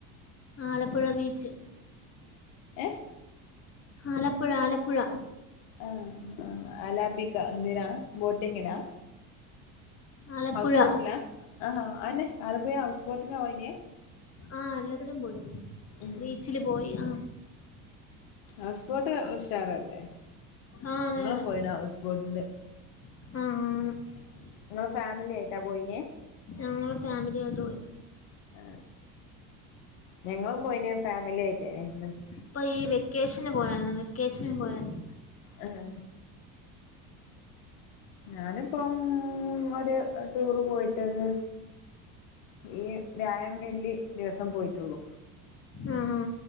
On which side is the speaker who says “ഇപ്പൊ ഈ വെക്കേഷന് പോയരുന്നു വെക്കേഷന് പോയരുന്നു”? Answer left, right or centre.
Left